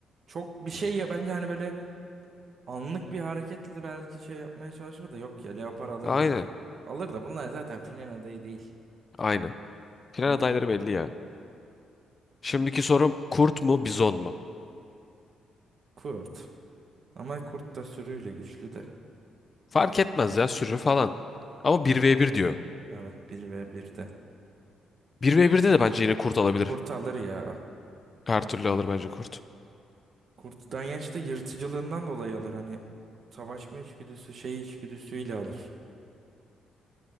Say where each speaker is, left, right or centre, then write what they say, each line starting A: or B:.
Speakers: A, on the right; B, on the left.
A: çok bir şey ya bence hani böyle anlık bir hareketle de belki şey yapmaya çalışır da yok ya leopar alır
B: Aynen.
A: bence. Alır da bunlar zaten final adayı değil.
B: Aynen. Final
A: Bunlar
B: adayları belli ya. Şimdiki sorum kurt mu bizon mu?
A: kurt. Ama kurt da sürüyle güçlü de.
B: Fark etmez ya sürü falan. Ama bir ve bir diyor.
A: Evet bir ve bir de
B: Bir ve 1de de bence yine kurt alabilir.
A: Kurt alır ya.
B: Her türlü alır bence kurt.
A: Kurt Danyenç de yırtıcılığından dolayı alır. Hani savaşma içgüdüsü, şey içgüdüsüyle alır.